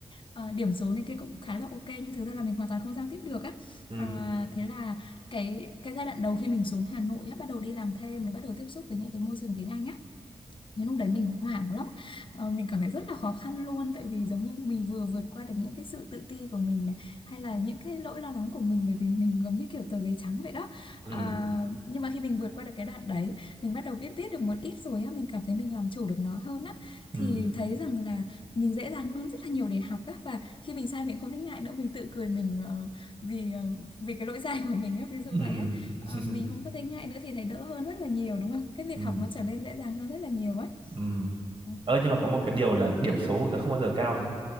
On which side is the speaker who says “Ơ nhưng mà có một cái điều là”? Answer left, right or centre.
Right